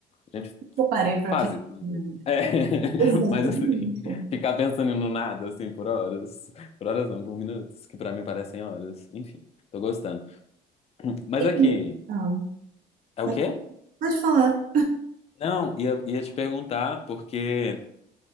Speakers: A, on the left; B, on the right.
A: a gente
B: Eu parei pra
A: Fases.
B: pensar.
A: né?
B: né?
A: É, <laughs>
B: Exatamente.
A: mas assim, ficar pensando no nada, assim, por horas. Por horas não, por minutos, que pra mim parecem horas. Enfim, tô gostando. Mas
B: E
A: aqui,
B: como... Ah,
A: é
B: pode
A: o quê?
B: pode falar.
A: Não, ia, ia te perguntar, porque